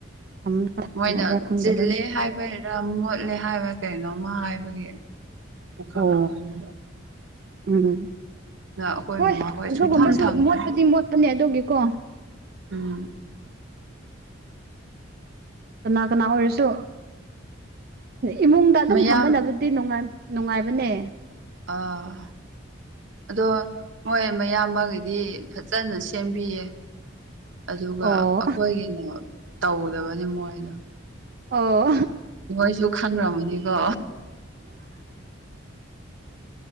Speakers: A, on the right (about 50°); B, on the right (about 70°).
A: ꯊꯝꯗꯕ꯭ꯔꯥ
B: ꯃꯣꯏꯅ
A: ꯈꯪꯗꯕꯒꯤ
B: ꯆꯤꯜꯂꯦ ꯍꯥꯏꯕꯩ ꯔꯥ‌ ꯃꯣꯠꯂꯦ ꯍꯥꯏꯕ꯭ꯔꯥ ꯀꯩꯅꯣꯝꯃ ꯍꯥꯏꯕꯒꯤ ꯄꯨꯈꯠꯈ꯭ꯔꯕꯅꯤ
A: ꯑꯣ ꯎꯝ
B: ꯑꯗ ꯑꯩꯈꯣꯏ
A: ꯍꯣꯏ
B: ꯃꯃꯥꯈꯣꯏ
A: ꯑꯗꯨꯒꯨꯝꯕꯁꯨ
B: ꯁꯨꯡꯊꯝ ꯊꯝꯗ꯭ꯔꯦ
A: ꯃꯣꯠꯄꯗꯤ ꯃꯣꯠꯄꯅꯦ ꯑꯗꯨꯒꯤꯀꯣ
B: ꯎꯝ
A: ꯀꯅꯥ ꯀꯅꯥ ꯑꯣꯏꯔꯁꯨ ꯏꯃꯨꯡꯗ ꯑꯗꯨꯝ
B: ꯃꯌꯥꯝ
A: ꯊꯝꯕꯅꯕ ꯇꯤ ꯅꯣꯡꯉꯥꯟ ꯅꯨꯡꯉꯥꯏꯕꯅꯦ
B: ꯑꯥ ꯑꯗꯣ ꯃꯣꯏ ꯃꯌꯥꯝꯕꯒꯤꯗꯤ ꯐꯖꯅ ꯁꯦꯝꯕꯤꯌꯦ ꯑꯗꯨꯒ
A: ꯑꯣ
B: ꯑꯩꯈꯣꯏꯒꯤꯅ ꯇꯧꯗꯕꯅꯤ ꯃꯣꯏꯅ
A: ꯑꯣ
B: <unintelligible> ꯁꯨ ꯈꯪꯈ꯭ꯔꯃꯅꯤꯀꯣ